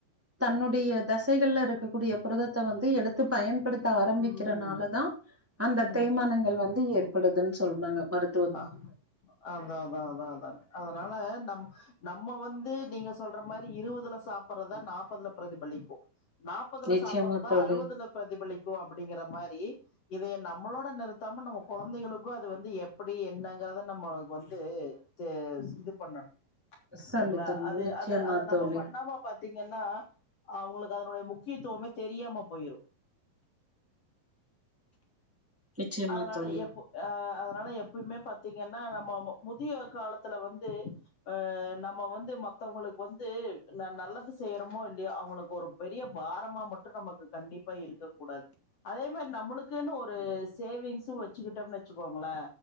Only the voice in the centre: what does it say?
தன்னுடைய தசைகள்ல இருக்கக்கூடிய புரததத்த வந்து எடுத்து பயன்படுத் ஆரம்பிக்கிறதுனாலதா
அந்த
தேய்மானங்கள் வந்து ஏற்படுதுன்னு சொல்றாங்க மருத்
நிச்சயமா
தோழி
சொல்லி
தரணு
நிச்சயமா
தோழி
நிச்சயமா
தோழி